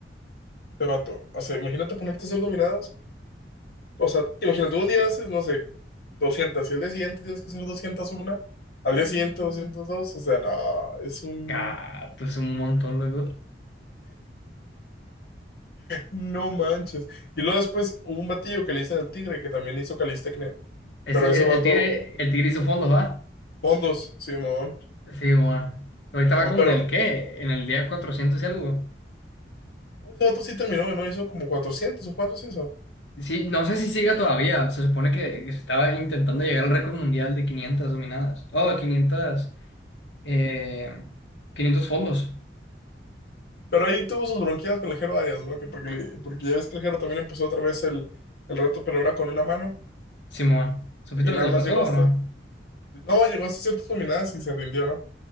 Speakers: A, on the left (about 60°); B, on the left (about 80°).
A: Te vato. O sea, imagínate ponerte a hacer dominadas. O sea, imagínate, un día haces, no sé, 200 y al día siguiente tienes que hacer doscientas una al día siguiente doscientas dos O sea, no, es un...
B: Ah, pues un montón, loco.
A: No manches. Y luego después hubo un batillo que le hice al tigre que también hizo calistecnia,
B: Ese-
A: pero ese
B: el,
A: vato,
B: el tigre, el tigre hizo fondos, ¿va?
A: fondos, Simón,
B: Sí, bueno. Ahorita
A: Simón,
B: va como
A: pero...
B: en el qué, en el día 400 y algo.
A: Ese vato sí terminó, ¿no? Hizo como 400 o cuántos hizo.
B: Sí, no sé si siga todavía. Se supone que, que se estaba intentando llegar al récord mundial de 500 dominadas. Oh, 500, eh, 500 fondos,
A: Pero ahí tuvo sus bronquias con el Jero Arias, ¿no? Que porque, le- porque ya ves que el Jero también empezó otra vez el, el reto, pero ahora con una mano.
B: Simón. ¿Supiste
A: Y
B: lo
A: nada
B: que le
A: más
B: pasó
A: llegó
B: o
A: hasta.
B: no?
A: No, llegó hasta ciertas dominadas y se rindió, ¿no?